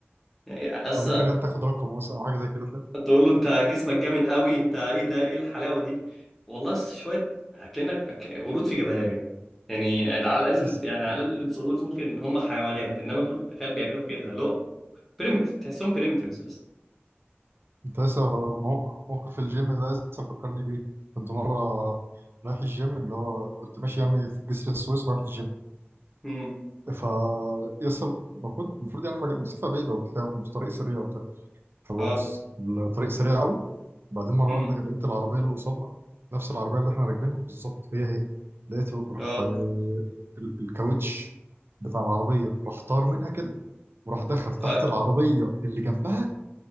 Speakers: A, in the centre; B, on the right.
A: يعني اصل
B: او ممكن ياخد تاخد رقم مثلا او حاجه زي كده فاهم
A: تقول له انت جسمك جامد قوي انت ايه ده ايه الحلاوه دي والله س- شويه اكلنا أك- قرود في جبلايه يعني يعني على الاقل
B: بس
A: يعني على الاقل القرود ممكن هم حيوانات انما دول تخيل بيعملوا كده لو بريمتيف تحسهم بريمتيفز بس
B: انت لسه مو- موقف الجيم ده لسه فكرني بيه كنت مره رايح الجيم اللي هو كنت ماشي يعني في جسر السويس رايح الجيم
A: امم
B: ف يسطا المفروض المفروض يعني المسافه بعيده وبتاع بس طريق سريع وبتاع فببص
A: اه
B: الطريق سريع قوي بعدين مره
A: امم
B: واحده لقيت العربيه اللي قصادنا نفس العربيه اللي احنا راكبينها بالظبط هي هي لقيته راح
A: اه
B: آه، ال- الكاوتش بتاع العربيه راح طار منها كده وراح دخل تحت
A: اه
B: العربيه اللي جنبها